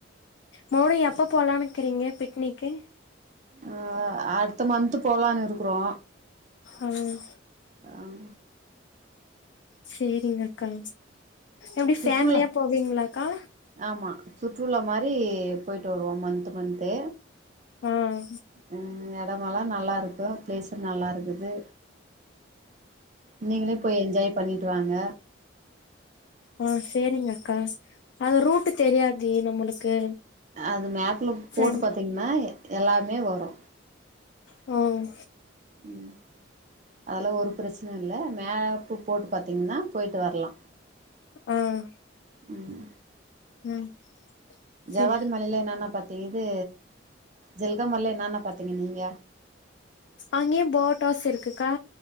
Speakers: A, on the left (about 65°); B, on the right (about 40°).
A: மோடி எப்ப போலான்னுக்கிறீங்க பிக்னிக்கு
B: ம் அ அடுத்த மந்த்து போலான் இருக்குறோ
A: ம்
B: அம்
A: செரிங்கக்கா எப்டி
B: சுற்றுலா
A: ஃபேமிலியா போவீங்ளாக்கா
B: ஆமா சுற்றுலா மாரி போய்ட்டு வருவோ மன்த்து மன்த்து
A: அம்
B: ம் எடமல்லா நல்லா இருக்கு பிளேஸ்சும் நல்லா இருக்குது நீங்ளே போய் என்ஜாய் பண்ணிட்டு வாங்க
A: ஆன் செரிங்கக்கா அது ரூட்டு தெரியாதே நம்மளுக்கு
B: அது மேப்ல போட்டு
A: சம்
B: பாத்தீங்ன்னா எல்லாமே வரோ
A: ம்
B: ம் அதுல்லா ஒரு ப்ரச்சன இல்ல மேப்பு போட்டு பாத்தீங்ன்னா போய்ட்டு வர்லா
A: அம்
B: ம்
A: ம் சரி
B: ஜவ்வாது மலைல என்னன்னா பாத்தீங்க இது ஜல்க மல்ல என்னன்னா பாத்தீங் நீங்க
A: அங்யு போட் ஹவுஸ் இருக்குக்கா